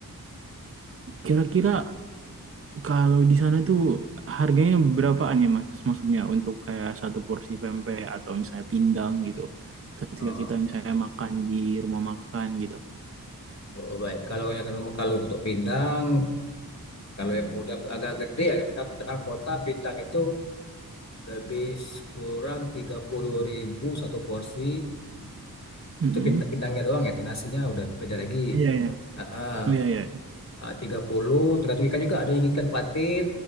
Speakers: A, on the right (about 40°); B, on the left (about 45°).
A: Kira-kira Kalau di sana tuh harganya berapaan ya Mas? Maksudnya untuk kayak satu porsi pempek atau misalnya pindang gitu. Ketika
B: Oh,
A: kita misalnya makan di rumah makan gitu.
B: oh, baik. Kalau yang kalau untuk pindang, kalau yang udah agak gede ya kita ke tengah kota pindang itu lebih kurang 30.000 satu porsi.
A: Mm-mm.
B: itu pindang pindangnya doang ya, itu nasinya udah beda lagi.
A: Iya ya.
B: Heeh.
A: Iya iya.
B: Ah, Tiga puluh, tergantung ikan juga ada yang ikan patin,